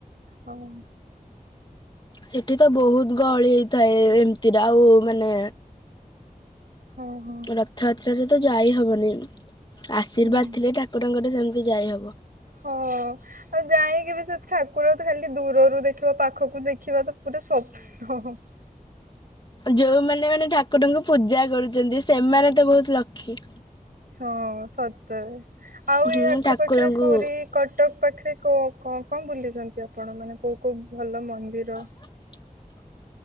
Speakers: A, on the right; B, on the left.
A: ହଁ।
B: ସେଠି ତ ବହୁତ ଗହଳି ହେଇଥାଏ ଏମିତିରେ ଆଉ ମାନେ
A: ହଁ ହଁ
B: ରଥଯାତ୍ରାରେ ତ ଯାଇ ହବନି ଆଶୀର୍ବାଦ
A: ହୁଁ।
B: ଥିଲେ ଠାକୁରଙ୍କର ସେମିତି ଯାଇ ହବ
A: ହଁ ଆଉ ଯାଇକି ବି ସେ ଠାକୁର ତ ଖାଲି ଦୂରରୁ ଦେଖିବ ପାଖକୁ ଦେଖିବା ତ ପୁରା ସ୍ବପ୍ନ
B: ଯେଉଁମାନେ ମାନେ ଠାକୁରଙ୍କୁ ପୂଜା କରୁଛନ୍ତି ସେମାନେ ତ ବହୁତ ଲକି
A: ହଁ ସତରେ ଆଉ ଏଇ
B: ହୁଁ
A: ଆଖପାଖରେ
B: ଠାକୁରଙ୍କୁ
A: ପୁରୀ କଟକ ପାଖରେ କଣ କଣ ବୁଲିଛନ୍ତି ଆପଣ ମାନେ କୋଉ କୋଉ ଭଲ ମନ୍ଦିର?
B: <inaudible>